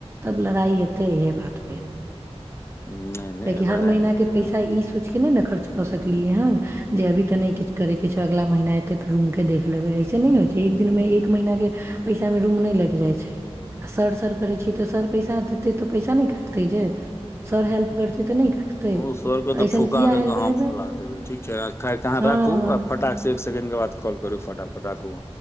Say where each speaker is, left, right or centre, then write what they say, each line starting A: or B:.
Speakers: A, on the right; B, on the left.
A: तब लड़ाई हेते इहे बात पे
B: नहि नहि
A: कि हर
B: लड़ाइ
A: महिीना
B: नहि
A: के
B: करब
A: पैसा ई सोच नहि ने खर्च कऽ सकलिय हन जे अभी तऽ नहि किछ करे के छै अगला महीना एते तऽ रूम के देख लेबे नहि होइ छै एक दिनमे एक महिीन के पैसामे रूम नहि लागि जाइ छै आ सर सर करै छियै तऽ सर पैसा देतै तऽ पैसा नहि काटतै जे सर हेल्प करतै तऽ नहि कटतै
B: ओ सरके तऽ
A: ऐसन
B: फुका
A: किया
B: दऽ
A: हेल्प
B: कऽ हमँ
A: लेबै
B: फुला देबै ठीक छै खाकेऽ अहाँ
A: हँ
B: राखू आ फटाकसँ एक सेकेण्डके बाद कॉल करू फटाफट राखु